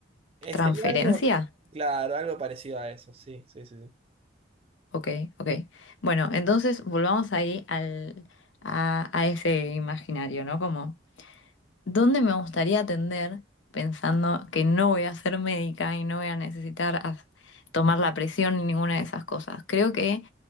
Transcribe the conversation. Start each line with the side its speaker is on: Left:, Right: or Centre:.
Right: Eh,
Left: ¿Transferencia?
Right: sería algo, claro, algo parecido a eso, sí, sí, sí, sí.
Left: Ok, ok. Bueno, entonces volvamos ahí al, a, a ese imaginario, ¿no? Como, ¿dónde me gustaría atender pensando que no voy a ser médica y no voy a necesitar as- tomar la presión ni ninguna de esas cosas? Creo que